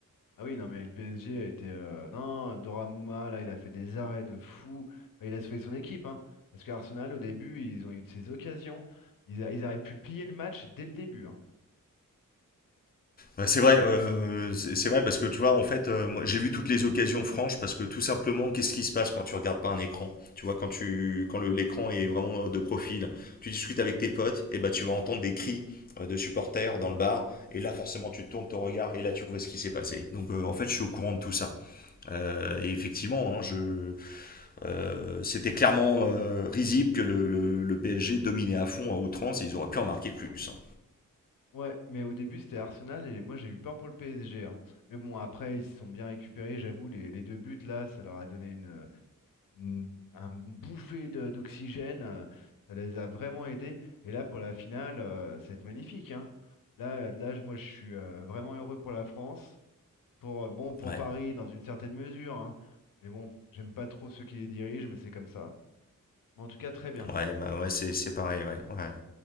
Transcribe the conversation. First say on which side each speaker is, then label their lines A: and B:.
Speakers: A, on the left (about 80°); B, on the left (about 30°).
A: Ah oui, non, mais le PSG a été... euh, Non, Doramouma, là, il a fait des arrêts de fou. Enfin, il a sauvé son équipe, hein, parce qu'Arsenal, au début, ils ont eu de ces occasions. Ils, a- ils auraient pu plier le match dès le début. hein.
B: Ouais, C'est vrai, euh, c'est c'est vrai parce que tu vois, en fait, euh, moi, j'ai vu toutes les occasions franches parce que tout simplement, qu'est-ce qui se passe quand tu regardes pas un écran? Tu vois, quand tu, quand le- l'écran est vraiment de profil, tu discutes avec tes potes, et bah tu vas entendre des cris euh, de supporters dans le bar, et là forcément tu tournes ton regard et là tu vois ce qui s'est passé. Donc euh, en fait, je suis au courant de tout ça. Euh, et effectivement, hein, je, euh, c'était clairement euh, risible que le, le- le PSG dominait à fond à outrance, et ils auraient pu en marquer plus. hein.
A: Ouais, mais au début, c'était Arsenal, et moi, j'ai eu peur pour le PSG. hein. Mais bon, après, ils se sont bien récupérés, j'avoue, les, les deux buts, là, ça leur a donné une, euh, une, un- bouffée de- d'oxygène, euh, ça les a vraiment aidés. Et là, pour la finale, euh, ça va être magnifique, hein. Là, là, je- moi, je suis euh, vraiment heureux pour la France, pour, euh, bon, pour
B: Ouais.
A: Paris, dans une certaine mesure, hein. Mais bon, j'aime pas trop ceux qui les dirigent, mais c'est comme ça. Mais en tout cas, très bien.
B: Ouais, bah ouais, c'est c'est pareil, ouais, ouais.